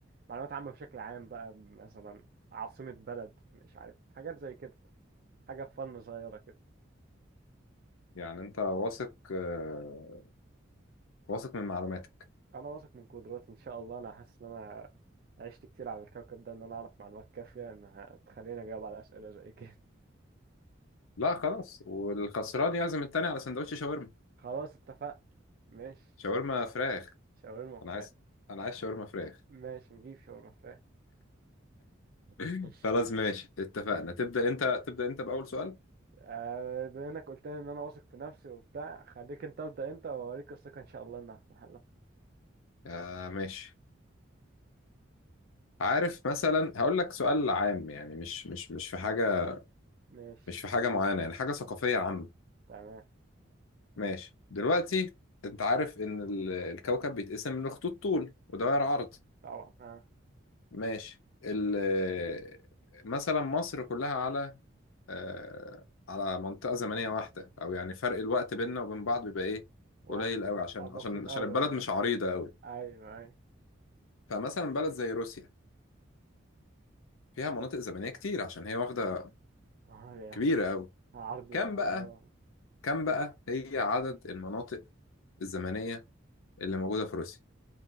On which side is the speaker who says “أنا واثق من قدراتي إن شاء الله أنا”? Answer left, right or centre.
Right